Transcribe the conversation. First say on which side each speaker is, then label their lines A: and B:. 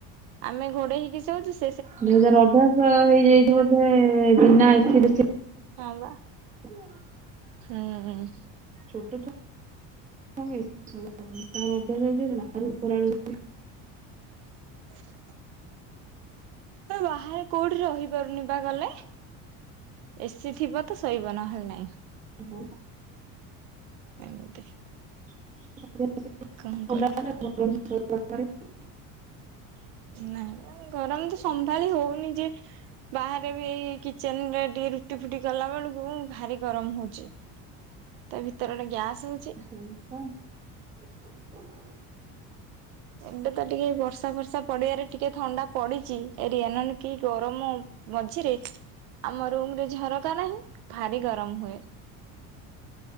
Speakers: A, on the right; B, on the right.
A: ଆମେ ଘୋଡେଇ ହେଇକି ଶୋଉଚୁ ସ
B: ଦୁଇ ହଜାର ଅଭ୍ୟାସ ହେଇଯାଇଛି ବୋଧେ ବିନା ଏସି ରେ ସୋ
A: ହଁ ବା।
B: <unintelligible>
A: ହୁଁ।
B: ଛୋଟ ଛୁଆଙ୍କୁ ତାଙ୍କର ଅଭ୍ୟାସ ହେଇଯିବ ଯାଣିଛୁନା। <unintelligible>
A: <inaudible> ବାହାରେ କୋଉଠି ରହିପାରୁନି ପା ଗଲେ। ଏସିି ଥିବ ତ ଶୋଇବ ନହେଲେ ନାଇଁ।
B: ହଁ।
A: ଏମିତି।
B: <unintelligible>
A: କଣ କରିବୁ
B: <unintelligible>
A: ନାଇଁମ, ଗରମ ତ ସମ୍ଭାଳି ହଉନି ଯେ ବାହାରେ ବି ଏଇ କିଚେନ ରେ ଟିକେ ରୁଟି ଫୁଟି କଲା ବେଳକୁ, ଭାରି ଗରମ ହଉଚି। ତା ଭିତରଟା ଗ୍ୟାସ ହଉ
B: ଶୋଇଚ <unintelligible>
A: ଏବେ ତ ଟିକେ ବର୍ଷା ଫର୍ଷା ପଡିବାରେ ଟିକେ ଥଣ୍ଡା ପଡିଚି, ଏରିିୟନନ କି ଗରମ ମଝିରେ ଆମ ରୁମରେ ଝରକା ନାହିଁ, ଭାରି ଗରମ ହୁଏ।